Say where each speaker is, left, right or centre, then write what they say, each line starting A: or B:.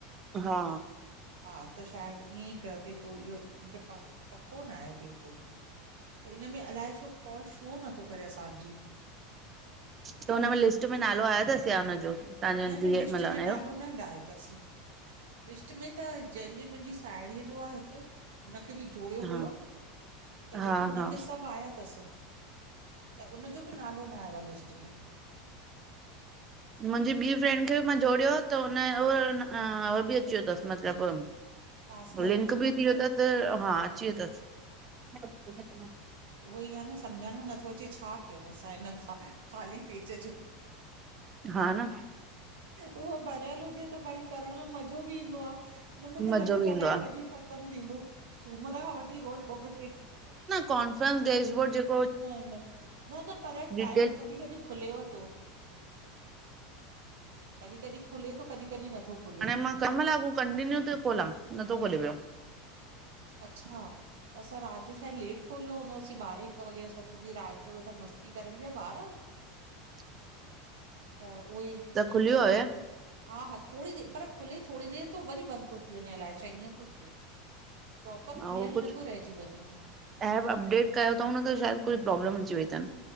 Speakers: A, on the right (about 30°); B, on the right (about 85°).
A: हा।
B: हा त, शायदि ईअं ई कयो तईं, पोइ इहो मुखे प पको नाहे बिल्कुलु। त इन में अलाए छो, कॉल छो नथो करे असांजी।
A: त हुन में लिस्ट में नालो आयो तसि या हुनजो। तव्हांजे
B: न न
A: धीअ
B: लिस्ट
A: मतलब
B: में
A: हुनजो
B: नालो न लायो। तसि, लिस्ट में त जंहिंजी मुंहिंजी साहेड़ीअ जो आ हिकु। उनखे बि जोड़ियो
A: हा
B: हुयो, त
A: हा
B: जबकी हुनखे
A: हा
B: सभु आया तसि। त उनजो बि नालो न आयो आ लिस्ट में।
A: मुंहिंजी ॿी भेणु खे बि मां जोड़ियो आ त हुन उह उहो बि अची वियो तसि मतिलबु।
B: टास्क
A: लिंक बि थी वियो तसि, हा अची वियो तसि।
B: उहो ई आ न, सम्झण में नथो अचे छा कियऊं असां, हिन ख़ाली पेज जो।
A: हा न।
B: उहो भरियल हुजे त भई करण में मज़ो बि ईंदो आ। हिनमें त
A: मज़ो
B: लॻे
A: बि
B: थो
A: ईंदो
B: अलाए
A: आहे
B: कॾी ख़तमु थींदो, सूमर खां वठी रोज़ ॿ ॿ टे टे
A: कनफ्रेंस डेज़ वर्ड जेक।
B: न न, न न पर टाइम
A: डिटेल
B: कॾी कॾी खुलेव तो। कॾी कॾी खुले थो कॾी कॾी नथो खुले।
A: हाणे मां केम लाॻूं कंटिन्यू थी खोलां, नथो खोले पियो।
B: अच्छा। त असां राति जो शायदि लेट खोलियो हूंदोसीं ॿारहें हिक वॻे, असां छोकी राति जो वेठा मस्ती करनि पिया ॿार।
A: <inaudible>
B: हा उओई।
A: त खुली वियो आहे?
B: हा हा, थोरी देरि, पर खुले थोरी देरि तो, वरी बंदि तो थी वञे अलाए छा ईअं तो थिए। प्रॉपर
A: अऊं
B: खुलियल
A: उहो कुछु,
B: नथो रहिजी वञे।
A: ऐप अपडेट कयो तऊं न त शायदि कुछु प्रॉब्लम अची वई तनि।